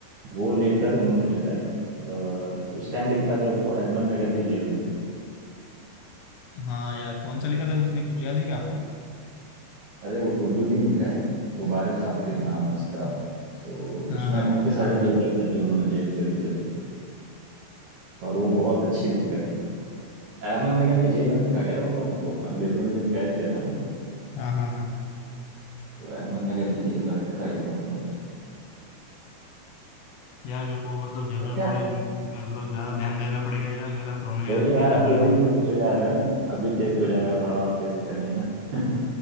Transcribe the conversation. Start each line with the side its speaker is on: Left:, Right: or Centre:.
Right: वो लेटर उन्होंने जो है अ, उस टाइम लिखा जब वो अहमदनगर की जेल में थे
Left: हाँ यार कौन सा लिखा था उसने कुछ याद है क्या आपको
Right: अरे उर्दू की बुक है गुबार खातिर नाम है उसका तो
Left: हाँ
Right: उसमें
Left: हाँ
Right: उनके
Left: हाँ
Right: सारे लेटर्स हैं जो उन्होंने जेल से लिखे थे और वो बहुत अच्छी बुक है अहमदनगर की जेल में रखा गया था उन लोगों को अंग्रेजों ने जब कैद किया था ना
Left: हाँ हाँ हाँ
Right: तो अहमदनगर की जेल में रखा गया था उन लोगों को
Left: यार मेरे को मतलब जनरल
Right: अच्छा
Left: नॉलेज मतलब ज्यादा ध्यान देना पड़ेगा यार मेरा कम है
Right: कोई
Left: लगता
Right: नहीं यार
Left: है
Right: अभी
Left: जनरल
Right: अभी
Left: नॉलेज
Right: टेस्ट हो जाएगा ना अभी टेस्ट हो जाएगा थोड़ा और टेस्ट करेंगे ना <laughs>